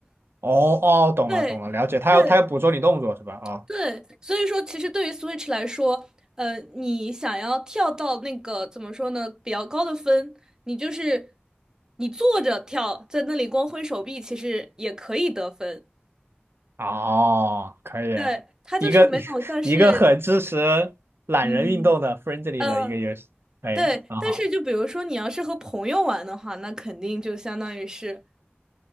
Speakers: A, on the right; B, on the right.
A: 哦哦，懂了懂了，
B: 对。
A: 了解。他要他要捕捉你动作是吧？
B: 对，
A: 哦
B: 对，所以说其实对于 Switch 来说，呃，你想要跳到那个怎么说呢，比较高的分，你就是你坐着跳，在那里光挥手臂，其实也可以得分。
A: 哦，可以，
B: 对，它就是没有像是，
A: 一个 <laughs> 一个很支持懒人运动的
B: 嗯嗯，
A: friendly
B: 呃
A: 的一个游戏，可以，
B: 对。
A: 很好。
B: 但是就比如说你要是和朋友玩的话，那肯定就相当于是。